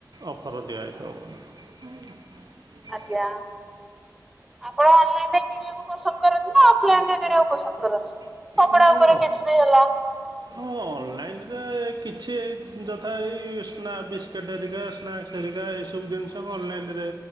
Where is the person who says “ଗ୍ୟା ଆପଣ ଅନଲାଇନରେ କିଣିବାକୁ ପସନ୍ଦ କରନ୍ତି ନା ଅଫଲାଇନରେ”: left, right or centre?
Centre